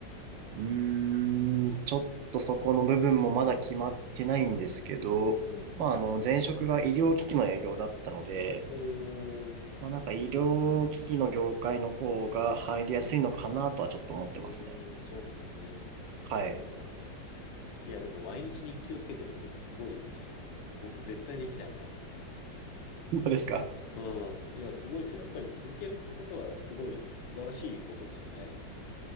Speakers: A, on the right; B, on the left.
A: うーん、ちょっとそこの部分もまだ決まってないんですけど、
B: うんうん。
A: まあ、あの、前職が医療機器の営業だったので、
B: おー、
A: まあ、なんか医療機器の業界の方が入りやすいのかなとはちょっと思ってますね。
B: うーん、そうなんですね。
A: はい。
B: なるほど、なるほど。いや、でも毎日日記をつけてるっていうのはすごいですね。僕絶対できないな。
A: どうですか
B: うん。いや、すごいですよ。やっぱり続けるってことはすごい素晴らしいことですよね。